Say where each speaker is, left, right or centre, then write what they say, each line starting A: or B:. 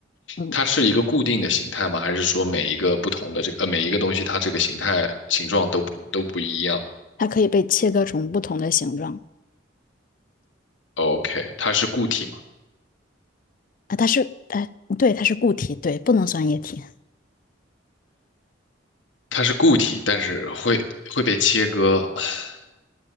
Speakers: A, on the left (about 45°); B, on the left (about 75°).
A: 嗯，
B: 它是一个固定的形态吗？还是说每一个不同的这个呃每一个东西它这个形态形状都不都不一样
A: 它可以被切割成不同的形状
B: ？OK，它是固体吗？
A: 啊。它是，哎，对，它是固体，对，不能算液体。
B: 它是固体，但是会会被切割。<sighs>